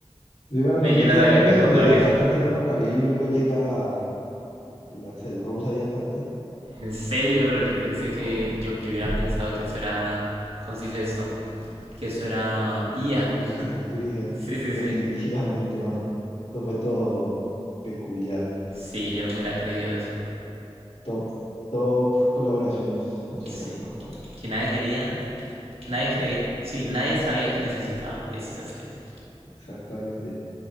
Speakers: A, on the left (about 85°); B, on the right (about 70°).
A: Sí, bueno, ¿nos
B: Ve, yo
A: viste
B: no sabía
A: de meme
B: que
A: donde
B: Juan Gabriel.
A: está cantando Juan Gabriel y luego llega el Axel Rose ahí a cantar?
B: En serio, yo pensé que, yo, yo hubiera pensado que eso era, ¿cómo se dice esto? Que eso era IA.
A: Inteligencia artificial.
B: Sí, sí,
A: Definitivamente,
B: sí.
A: mano. Esto fue todo peculiar.
B: Sí, yo no me hubiera creído eso.
A: Top, top colaboraciones musicales,
B: Sí.
A: mano, la verdad.
B: Que nadie quería, nadie creía, sí, nadie sabía que necesitaba. Eso es que es.
A: Exactamente.